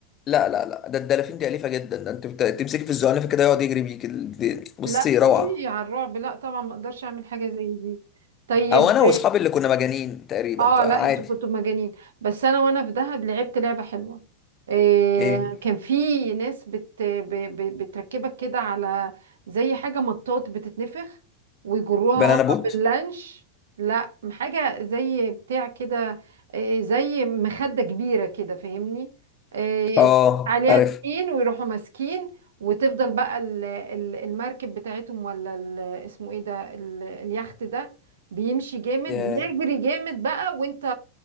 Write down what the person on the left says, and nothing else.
لا لا لا ده الدلافين دي أليفة جدا ده انت بت- تمسكي في الزعنفة كده يقعد يجري بيك ال- دي- بصي
روعة
او انا واصحابي اللي كنا مجانين تقريبا
فعادي
ايه
بنانا
بوت
اه
عارف
يا